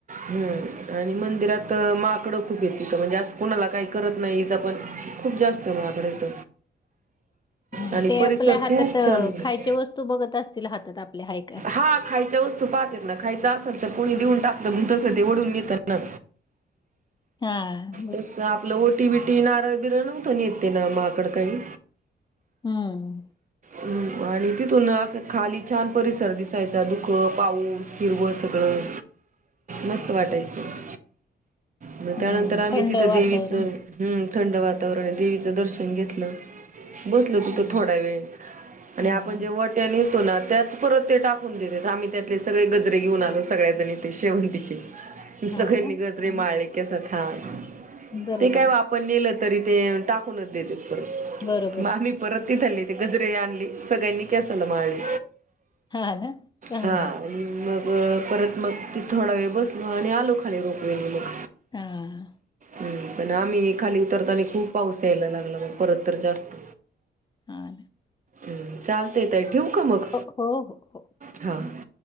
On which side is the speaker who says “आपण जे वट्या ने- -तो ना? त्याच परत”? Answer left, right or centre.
Right